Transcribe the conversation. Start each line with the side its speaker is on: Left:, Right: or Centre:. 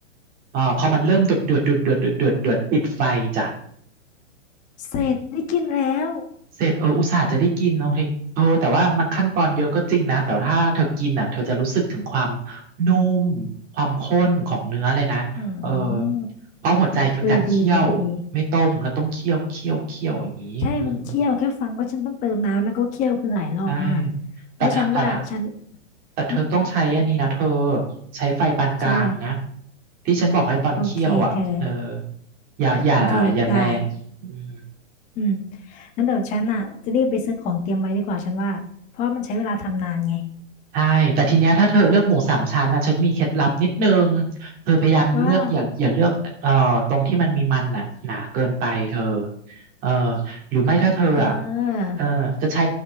Right: เออพอมันเริ่มเดือดเดือดเดือดเดือดเดือดเดือดเดือดปิดไฟจ้ะ
Left: เสร็จได้กินแล้ว
Right: เสร็จเอออุตส่าห์จะได้กินเนาะเฮยเออแต่ว่ามันขั้นตอนเยอะก็จริงนะแต่ถ้าเธอกินอ่ะเธอจะรู้สึกถึงความนุ่มความข้นของเนื้อเลยนะเออ
Left: อืม
Right: เพราะหัวใจคือการเคี่ยวไม่ต้มแล้วต้องเคี่ยวเคี่ยวเคี่ยวอย่างนี้อืม
Left: เออดีดีดีใช่มันเคี่ยวแค่ฟังว่าฉันต้องเติมน้ำแล้วก็เคี่ยวคือหลายรอบมาก
Right: ใช่
Left: เพราะฉันว่าฉัน
Right: แต่ถ้าแต่ถ้าแต่เธอต้องใช้อันนี้นะเธอ
Left: อืม
Right: ใช้ไฟปานกลางนะ
Left: ใช่อะไร
Right: ที่ฉันบอกให้ตอนเคี่ยวอ่ะเออ
Left: โอเคเธอ
Right: อย่าอย่าอย่าแรงอืม
Left: โอเคได้อืมงั้นเดี๋ยวฉันอ่ะจะรีบไปซื้อของเตรียมไว้ดีกว่าฉันว่าเพราะมันใช้เวลาทำนานไง
Right: ใช่ แต่ทีเนี้ยถ้าเธอเลือกหมูสามชั้นนะฉันมีเคล็ดลับนิดนึงเธอพยายามเลือกอย่าอย่าเลือกเอ่อตรงที่มันมีมันน่ะหนาเกินไปเธอ
Left: ว่า
Right: เออหรือไม่ถ้าเธออ่ะ
Left: เออ
Right: เออจะใช้